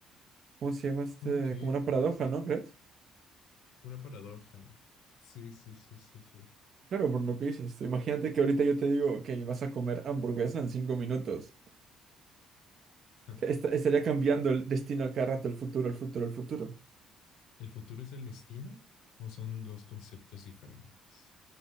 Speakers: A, on the right; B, on the left.
A: ¿cómo se llama este?
B: Ok,
A: Como una paradoja, ¿no crees?
B: una paradoja. Sí, sí, sí, sí, sí.
A: Claro, por lo que dices. este, Imagínate que ahorita yo te digo que vas a comer hamburguesa en cinco minutos.
B: <laughs>
A: Est- estaría cambiando el destino a cada rato, el futuro, el futuro, el futuro.
B: ¿El futuro es el destino o son dos conceptos diferentes?